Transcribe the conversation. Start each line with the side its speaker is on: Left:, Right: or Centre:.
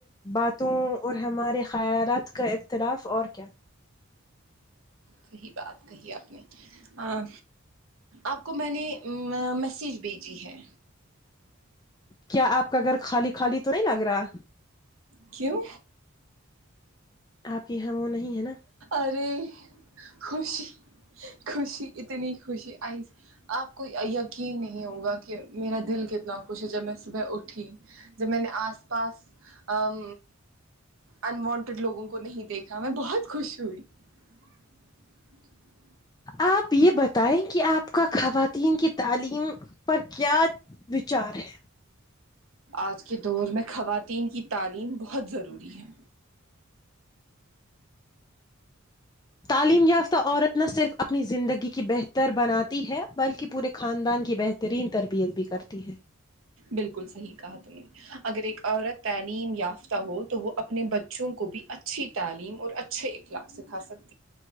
Left: باتوں اور ہمارے خیالات کا اختلاف اور کیا
Right: صحیح بات کہی آپ نے اں آپ کو میں نے ا میسیج بھیجی ہے
Left: کیا آپ کا گھر خالی خالی تو نہیں لگ رہا
Right: کیوں
Left: آپ کی ہم وہ نہیں ہے نا
Right: ارے خوشی خوشی اتنی خوشی آئی آپ کو ی یقین نہیں ہوگا کہ میرا دل کتنا خوش ہے جب میں صبح اٹھی جب میں نے آس پاس ام ان وانٹیڈ لوگوں کو نہیں دیکھا میں بہت خوش ہوئی <inaudible>
Left: آپ یہ بتائیں کہ آپ کا خواتین کی تعلیم پر کیا وچار ہے
Right: آج کے دور میں خواتین کی تعلیم بہت ضروری ہے
Left: تعلیم یافتہ عورت نہ صرف اپنی زندگی کی بہتر بناتی ہے بلکہ پورے خاندان کی بہ ترین تربیت بھی کرتی ہے
Right: بالکل صحیح کہا تم نے اگر ایک عورت تعلیم یافتہ ہو تو وہ اپنے بچ وں کو بھی اچھی تعلیم اور اچھے اخلاق سکھا سکتی